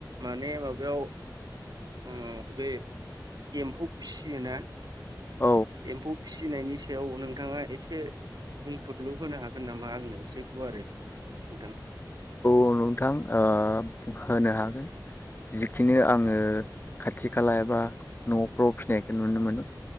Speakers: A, on the right; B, on the left.
A: माने माबायाव ओम बे एम्फौ फियो ना
B: औ
A: एमफौ फिसिनायनि सायाव नोंथाङा एसे बुंफुरल होनो हागोन नामा आंनो एसे गुवार नोंथां?
B: अ नोंथां ओ होनो हागोन। जि बिदिनो आङो खाथि खाला एबा न'फ्राव फिसिनायखौ नुनो मोनो